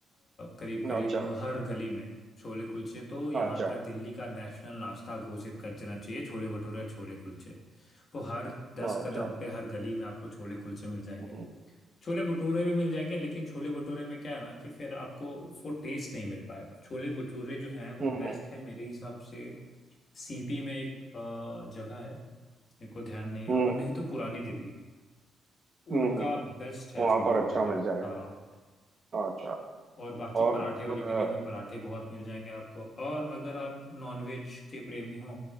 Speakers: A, on the left (about 45°); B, on the right (about 40°).
A: करीब करीब
B: अच्छा
A: हर गली में छोले कुलचे तो यहाँ
B: अच्छा
A: का दिल्ली का नेशनल नाश्ता घोषित कर देना चाहिए छोले भटूरे और छोले कुलचे वो हर दस
B: अच्छा
A: कदम पे हर गली में आपको छोले कुलचे मिल जाएंगे
B: हम्म
A: छोले भटूरे भी मिल जाएंगे लेकिन छोले भटूरे में क्या है ना कि फिर आपको वो टेस्ट नहीं मिल पाएगा छोले भटूरे जो है वो
B: हम्म
A: बेस्ट है मेरे हिसाब से सीपी में एक अ, जगह है मेरे को ध्यान नहीं है
B: हम्म
A: और नहीं तो पुरानी दिल्ली
B: हम्म
A: उनका बेस्ट है
B: वहां
A: छोले
B: पर
A: भटूरे
B: अच्छा मिल जाएगा
A: हाँ
B: अच्छा
A: और बाकी
B: और
A: पराठे वाली
B: अ,
A: गली में पराठे बहुत मिल जाएंगे आपको और अगर आप नॉनवेज के प्रेमी हो